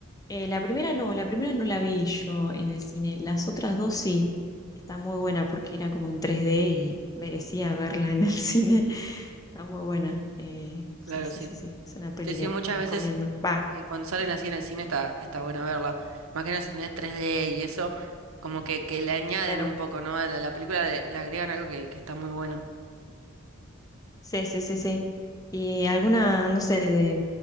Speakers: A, on the left (about 15°); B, on the right (about 75°).
A: Eh, la primera no, la primera no la vi yo en el cine. Las otras dos sí, está muy buena porque era como en tres d y merecía verla en el <laughs> cine. Está muy buena. Eh,
B: claro,
A: sí, sí,
B: sí.
A: sí, sí. Es una peli
B: Sí, sí,
A: que
B: muchas
A: recomiendo.
B: veces
A: Va,
B: eh, cuando salen
A: está-
B: así en el cine está, está buena verla. Más que nada si tenés 3D y eso, como que, que le añaden
A: claro.
B: un poco, ¿no? A la, la película le, le agregan algo que, que está muy bueno.
A: Sí, sí, sí, sí. ¿Y alguna, no sé, de,